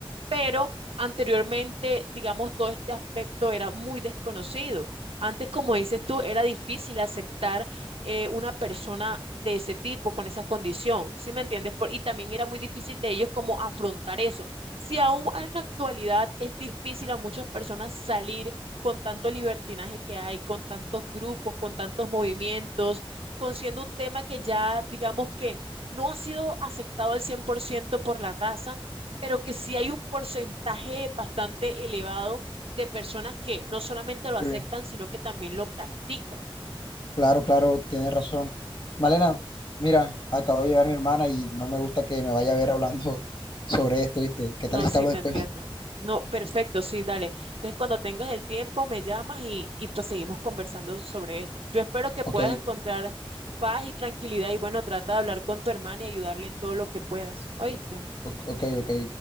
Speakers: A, on the right; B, on the left.
A: pero anteriormente, digamos, todo este aspecto era muy desconocido. Antes, como dices tú, era difícil aceptar eh, una persona de ese tipo, con esa condición, ¿sí me entiendes? Por- y también era muy difícil de ellos como afrontar eso. Si aún en la actualidad es difícil a muchas personas salir con tanto libertinaje que hay, con tantos grupos, con tantos movimientos, con siendo un tema que ya, digamos que no ha sido aceptado al 100% por la raza, pero que sí hay un porcentaje bastante elevado de personas que no solamente lo aceptan,
B: Sí.
A: sino que también lo practican.
B: Claro, claro, tienes razón. Malena, mira, acabo de llegar mi hermana y no me gusta que me vaya a ver hablando <laughs> sobre esto, ¿viste? ¿Qué
A: No,
B: tal si
A: sí,
B: te hablo
A: te
B: después?
A: entiendo. No, perfecto, sí, dale. Entonces, cuando tengas el tiempo, me llamas y, y pues seguimos conversando sobre esto. Yo espero que puedas
B: Ok,
A: encontrar paz y tranquilidad y bueno, trata de hablar con tu hermana y ayudarle en todo lo que puedas. ¿Oíste?
B: o- ok, ok,